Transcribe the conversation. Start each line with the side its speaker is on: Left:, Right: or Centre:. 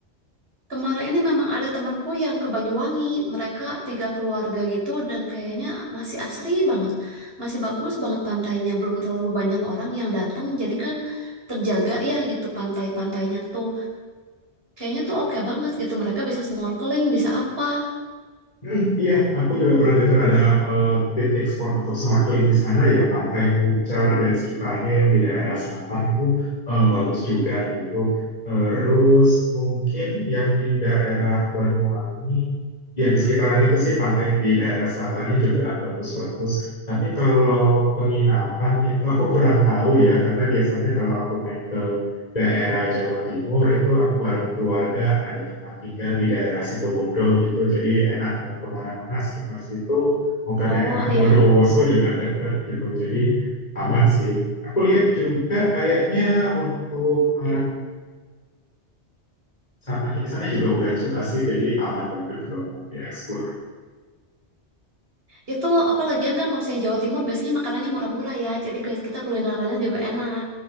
Right: Kemarin ini memang ada temanku yang ke Banyuwangi. Mereka tiga keluarga gitu dan kayaknya masih asri banget. Masih bagus banget pantainya. Belum terlalu banyak orang yang datang. Jadi kan terjaga ya gitu pantai-pantainya tuh. Kayaknya tuh oke banget gitu. Mereka bisa snorkeling, bisa apa.
Left: Hmm, iya, aku juga pernah dengar ada eh, titik spot untuk snorkeling di sana ya, Pantai Muncar dan sekitarnya yang di daerah selatan itu eh, bagus juga gitu. Terus mungkin yang di daerah Banyuwangi, ya di sekitaran itu sih pantai di daerah selatannya juga bagus-bagus. Tapi kalau penginapan itu aku kurang tahu ya, karena biasanya kalau aku main ke daerah Jawa Timur itu aku bareng keluarga ada tempat tinggal di daerah Situbondo gitu. Jadi enak mau kemana-mana sekitar situ, mau ke
Right: Oh
Left: daerah
Right: ya,
Left: Bondowoso juga dekat gitu. Jadi aman sih. Aku lihat juga kayaknya untuk arah wisatanya di sana juga udah jelas sih. Jadi aman banget kalau mau dieksplor.
Right: itu apa lagian kan kalau misalnya Jawa Timur biasanya makanannya murah-murah ya. Jadi ke- kita kulinerannya juga enak.